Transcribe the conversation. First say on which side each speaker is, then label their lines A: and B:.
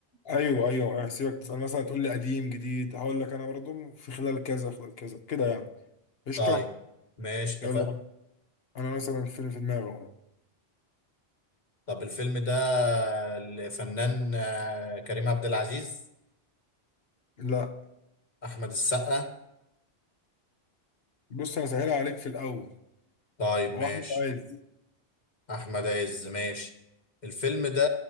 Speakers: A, on the left (about 65°); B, on the left (about 40°).
A: ايوه ايوه هسيبك تسال مثلا تقول لي قديم جديد هقول لك انا برضو في خلال كذا خلال كذا كده يعني قشطه
B: طيب ماشي اتفقنا
A: يلا انا مثلا فيلم في دماغي اهو
B: طب الفيلم ده الفنان آه، كريم عبد العزيز
A: لا
B: احمد السقا
A: بص انا سهلها عليك في الاول
B: طيب ماشي
A: هو احمد عز
B: احمد عز ماشي الفيلم ده